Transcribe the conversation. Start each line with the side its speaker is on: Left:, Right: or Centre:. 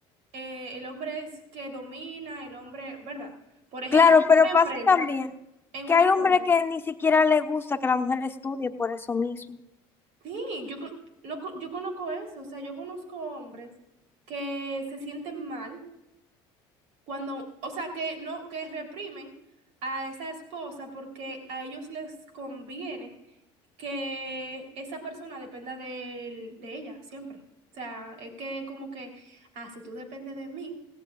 Right: eh, el hombre es que domina, el hombre, ¿verdad? Por ejemplo,
Left: Claro,
Right: en
Left: pero
Right: una empresa,
Left: pasa también
Right: en
Left: que
Right: una
Left: hay
Right: empresa.
Left: hombres que ni siquiera les gusta que la mujer estudie por eso mismo.
Right: Sí, yo, co- no, co- yo conozco eso, o sea, yo conozco hombres que se sienten mal cuando, o sea, que no, que reprimen a esa esposa porque a ellos les conviene que esa persona dependa del- de, ella siempre. O sea, es que como que, ah, si tú dependes de mí,